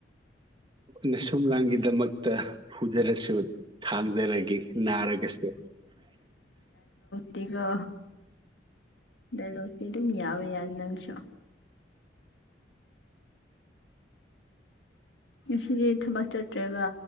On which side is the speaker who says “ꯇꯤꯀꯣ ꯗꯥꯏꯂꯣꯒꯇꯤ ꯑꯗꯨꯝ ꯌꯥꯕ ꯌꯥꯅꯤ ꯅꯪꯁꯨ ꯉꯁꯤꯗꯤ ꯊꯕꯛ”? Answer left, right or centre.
Left